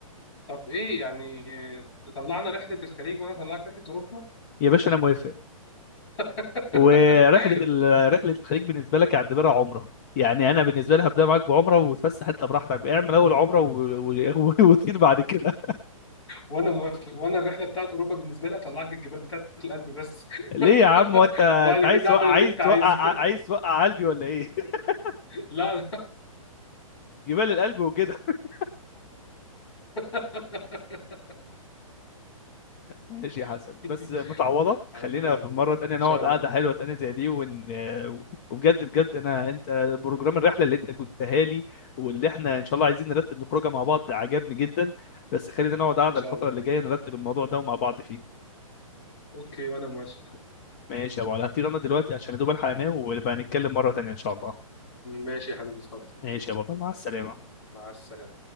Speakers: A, on the left (about 55°); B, on the left (about 30°).
A: طب ايه يعني طلعنا رحله الخليج وانا طلعت رحله اوروبا
B: يا باشا انا موافق
A: <laughs>
B: ورحله ال- رحله الخليج بالنسبه لك اعتبرها عمره يعني انا بالنسبه لي هبدا معاك بعمره وتفسح انت براحتك اعمل اول عمره و... و... <laughs> وتطير بعد كده
A: وانا موافق وانا الرحله بتاعت اوروبا بالنسبه لي هطلعك الجبال بتاعت القلب بس
B: ليه
A: <laughs>
B: يا عم هو انت انت
A: وبعد
B: عايز
A: كده
B: توقع
A: اعمل
B: عايز
A: اللي انت
B: توقع
A: عايزه
B: عايز توقع قلبي ولا ايه <laughs>
A: <laughs> لا
B: جبال القلب وكده <laughs>
A: <laughs>
B: ماشي يا حسن
A: <laughs>
B: بس متعوضه
A: حبيبي
B: خلينا
A: يا عبد
B: في
A: الرحيم
B: مره تانية
A: ان
B: نقعد
A: شاء
B: قعده
A: الله
B: حلوه تانية زي دي ون... وبجد بجد انا انت بروجرام الرحله اللي انت جبتها لي واللي احنا ان شاء الله عايزين نرتب نخرجها مع بعض عجبني جدا بس خلينا نقعد قعده
A: ان شاء
B: الفتره
A: الله
B: اللي جايه نرتب الموضوع ده ومع بعض فيه
A: اوكي وانا موافق
B: ماشي يا ابو علي هطير انا دلوقتي عشان يا دوب الحق انام ونبقى نتكلم مره تانية ان شاء الله
A: ماشي يا حبيبي اتفضل
B: ماشي يا بطل مع السلامه
A: مع السلامه